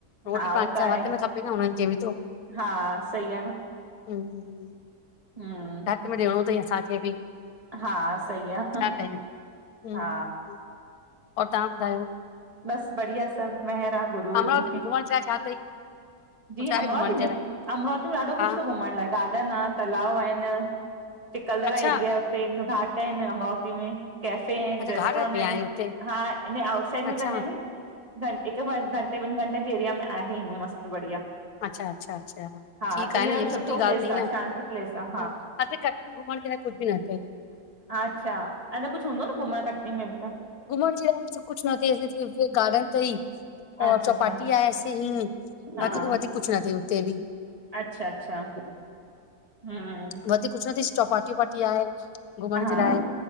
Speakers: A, on the left (about 80°); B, on the right (about 25°).
A: रोटी
B: हा
A: पाणी
B: उहो
A: सब
B: त आहे,
A: हथ में खपे न हुननि खे बि तो।
B: हा सही आ न,
A: हम्म
B: हम्म
A: <unintelligible> ॾिञो तई असांखे बि
B: हा सही आ,
A: छा कयूं हम्म,
B: हा।
A: और तव्हां ॿुधायो?
B: बस बढ़िया सभु महिर आ गुरूअ
A: अमरावती
B: जी।
A: <unintelligible>
B: जी
A: कुझु आहे
B: अमरावती
A: घुमण
B: में,
A: जे लाइ
B: अमरावती में ॾाढो कुझु
A: हा
B: थो घुमण लाये। गार्डन आ, तलााव आहिन। त
A: अच्छा
B: घाट ऐन अमरावती में, कैफे ऐन
A: अच्छा
B: रेस्टोरेंट
A: घाट वाट बि आहिनि
B: अंन,
A: हुते
B: हा हिन आटसाइड में
A: अच्छा
B: हिकु ॿ घंटे ॿिनि घंटे जे एरिया में आहें ईय मस्त बढ़िया।
A: अच्छा, अच्छा-अच्छा ह
B: हा
A: ठीकु
B: त हींअर
A: आहे न इहा बि
B: सुठो
A: सुठी ॻाल्हि
B: प्लेस
A: थई
B: आहे
A: न।
B: शांती प्लेस आहे
A: ह असां कटनी घुमण जे लाइ कुझु बि न अथई।
B: अच्छा, अन कुझु हूंदो न घुमण कटनी में ॿि त?
A: घुमण जे लाइ कुझु नथई ऐसे गार्डन अथई और
B: अच्छा
A: चौपाटी
B: अच्छा
A: आहे ऐसे ही
B: हा
A: बाक़ी त वधीक कुझ नथई उते बि,
B: अच्छा अच्छा हम्म
A: वधीक कुझु न थी चौपाटी वपाटी आहे घुमण
B: हा
A: जे लाइ,